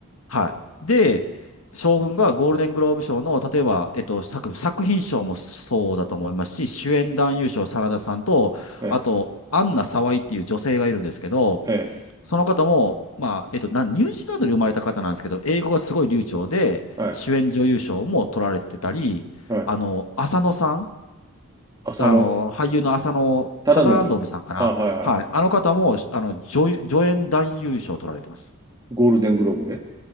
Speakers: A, on the left; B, on the right.
A: はい。で、将軍がゴールデングローブ賞の、例えば、えっと、作、作品賞もそうだと思いますし、主演男優賞、真田さんと、
B: え
A: あと、アンナ・沢井っていう女性がいるんですけど、
B: え、ええ、
A: その方も、まあ、えっと、なんニュージーランドで生まれた方なんですけど、英語がすごい流暢で、
B: はい、
A: 主演女優賞も取られてたり、
B: はい。
A: あの、浅野さん、
B: 浅野
A: あの、俳優の浅野忠信さんかな。
B: 忠信。あ、はいはい。
A: はい。あの方も、あの、助助演男優賞を取られてます。
B: ゴールデングローブで。